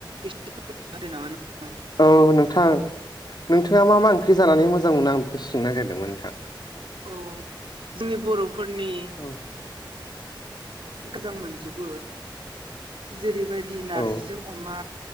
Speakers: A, on the right (about 85°); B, on the left (about 55°).
A: एसे फोरमायना होदो नामा नोंथां।
B: औ नोंथां नोंथाङा मा मा। जानानै मोजां मोनो आं बेखौसो‌ सोंनो नागिरदोंमोन नोंथां।
A: औ जोंनि बर'फोरनि।
B: औ
A: मोजां मोनजोबो जेरैबायदि नारजिजों
B: औ
A: अमा।